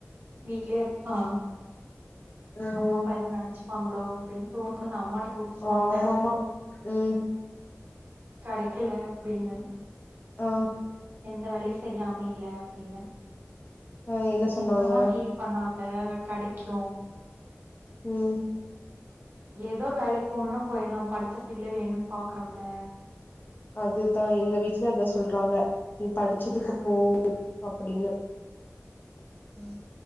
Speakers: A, on the right (about 45°); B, on the left (about 40°).
A: வீட்லியே அ
B: ம்
A: அம்மா அப்பா எதோ நெனச்சி பாங்ளோ அப்டின் தோணுது அம்மாட்ட கூப்பிட்டு சொன்னேன்
B: ஆமாம்மா ம்
A: கடைக்கல அப்டின்னு
B: அ
A: எந்த வேலையு செரியா அமைல அப்டின்னு
B: ஆ என்ன சொன்னாங்க
A: எங்க அம்மா ஃபீல் பண்ணாத கெடைக்கு
B: ம்
A: ஏதோ ஒரு வேலைக்கு போணுன்னா போயிட்லா படிச்ச ஃபீல்ட வேணுன் பாக்குறோம்ல
B: அதுதா எங்க வீட்லே அதா சொல்றாங்க நீ படிச்சதுக்கு
A: ஆ
B: போ அப்டின்னு
A: ம்